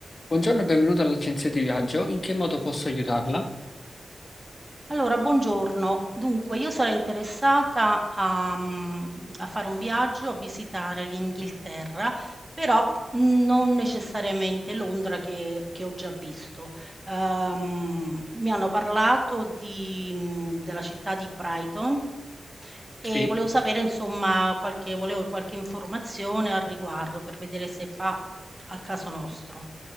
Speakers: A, on the left; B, on the right.
A: Buongiorno e benvenuto all'agenzia di viaggio. In che modo posso aiutarla?
B: Allora, buongiorno. Dunque, io sarei interessata a mhmm, a fare un viaggio, a visitare l'Inghilterra, però non necessariamente Londra che che ho già visto. Uhm, mi hanno parlato di mhmm, della città di Brighton e
A: Sì,
B: volevo sapere insomma qualche volevo qualche informazione al riguardo per vedere se fa al caso nostro.